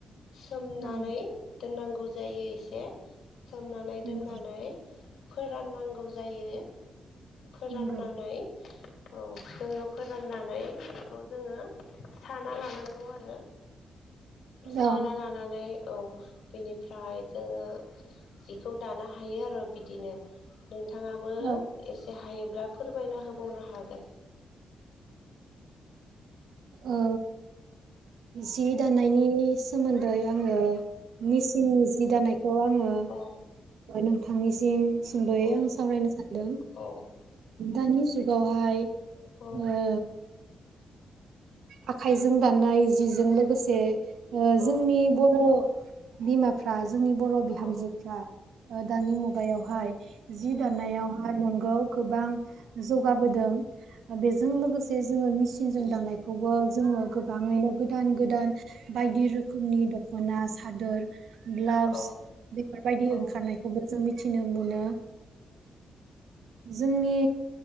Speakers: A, on the left; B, on the right.
A: सोमनानै
B: औ
A: दोननांगौ नांगौ जायो एसे सोमनानै
B: नंगौ
A: दोननानै फोराननांगौ जायो फोराननानै
B: नंगौ
A: औ जोङो फोराननानै बेखौ जोङो साना लानांगौ आरो। साना
B: औ
A: लानानै औ बेनिफ्राय जोङो जिखौ दानो हायो आरो बिदिनो नोंथाङाबो
B: औ
A: एसे हायोब्ला फोरमायना होबावनो हागोन।
B: ओ जि दानायनि सोमोन्दै आङो मिसिननि जि दानाय खौ आङो
A: औ
B: नोंथांनिसिम सुंद'यै
A: औ
B: आं सावरायनो सानदों
A: औ
B: दानि जुगावहाय
A: औ
B: ओ। आखाइजों दाननाय जिजों लोगोसे ओ
A: औ
B: जोंनि बर' बिमाफ्रा जोंनि बर' बिहामजोफ्रा
A: औ
B: दानि मुगायाव हाय जि दाननायावहाय नंगौ। गोबां जौगाबोदों बेजों लोगोसे जोङो मेसिनजों दानाय खौबो जोङो गोबाङैनो गोदान गोदान बायदि रोखोमनि दख'ना सादोर ब्लाउस
A: औ
B: बेफोर बायदि
A: औ
B: ओंखारनायखौबो जों मिथिनोमो मोनो। जोंनि